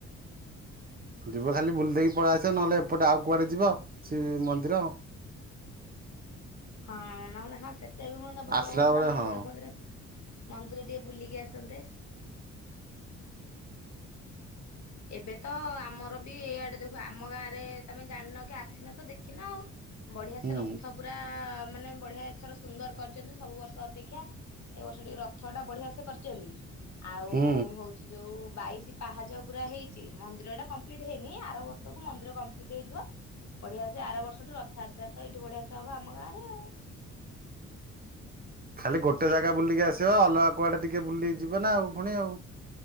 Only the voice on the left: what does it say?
ହଁ ନହେଲେ ହଁ ସେଟା ବି ହୁଅନ୍ତା ଭଲ
ହୁଅନ୍ତା
ମନ୍ଦିର
ଫନ୍ଦିର ମନ୍ଦିର ଟିକେ ବୁଲିକି ଆସନ୍ତେ। ଏବେ ତ ଆମର ବି ଏଇଆଡେ ଦେଖୁ ଆମ ଗାଁରେ ତମେ ଜାଣିନ କି ଆସିନ ତ ଦେଖିନ ଆଉ। ବଢିଆ
ସେ ରଥ ପୁରା ମାନେ ବଢିଆ ଏଥର ସୁନ୍ଦର କରିଚନ୍ତି ସବୁ ବର୍ଷ ଅପେକ୍ଷା। ଏ ବର୍ଷ ଟିକେ ରଥ ଟା ବଢିଆ ସେ କରିଚନ୍ତି ଆଉ
ହଉଚି ଯୋଉ ବାଇଶି ପାହାଜ ପୁରା ହେଇଚି ମନ୍ଦିର ଟା କମ୍ପ୍ଲିଟ ହେଇନି ଆର ବର୍ଷକୁ ମନ୍ଦିର କମ୍ପ୍ଲିଟ ହେଇଯିବ। ବଢ଼ିଆ ସେ ଆର ବର୍ଷଠୁ ରଥଯାତ୍ରା ତ ଏଇଠୁ ବଢିଆ ସେ ହବ ଆମ ଗାଁ ରେ ଆଉ।